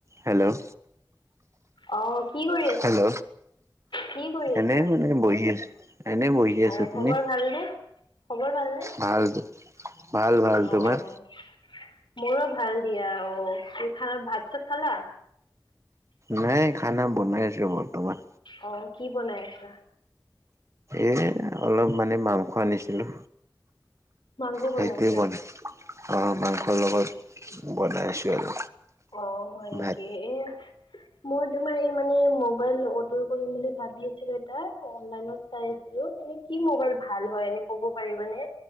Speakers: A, on the right (about 35°); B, on the left (about 75°).
A: হেল্ল'?
B: আহ কি কৰি আছা?
A: হেল্ল'
B: কি কৰি
A: এনে
B: আছা?
A: মানে বহি আছ, এনে বহি আছা
B: অ'
A: তুমি?
B: খবৰ ভালনে? খবৰ ভালনে?
A: ভাল, ভাল, ভাল
B: অ'
A: তোমাৰ?
B: মোৰো ভাল দিয়া অ, তু, খানাৰ ভাত, চাত খালা?
A: নাই খানা বনাই আছো বৰ্তমান।
B: অ' কি বনাই আছা?
A: এ, অলপ মানে মাংস আনিছিলো।
B: মাংগুৰ
A: সেইটোৱে
B: বনাইছা।
A: বনাই অ, মাংসৰ লগত বনাইছোঁ আৰু।
B: অ, হয়, নেকি
A: ভাত
B: এ। মই তোমাৰ এই মানে মোবাইল অৰ্ডাৰ কৰিম বুলি ভাবি আছিলো, এটা অনলাইনত চাই আছিলো। কি মোবাইল ভাল হয়, এনে ক'ব পাৰিব নে,